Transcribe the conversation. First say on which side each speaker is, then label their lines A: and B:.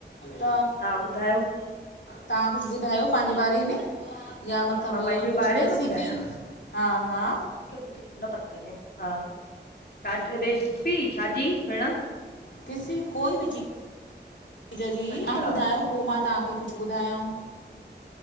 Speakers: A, on the left; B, on the left.
A: त
B: हा ॿुधायो
A: तव्हां कुछ ॿुधायो पंहिंजे बारे में या मतलब
B: मां पंहिंजे
A: कुछ
B: बारे
A: रेसिपी
B: में ॿुधायां
A: हा हा
B: स्पीकर मुखें न पतो पईंदो आ हा, छा चयो रेसिपी छाजी भेण?
A: किसी कोई बि चीज़ <unintelligible> जी
B: अच्छा
A: तव्हां ॿुधायो पो मां तव्हांखे कुछ ॿुधायां।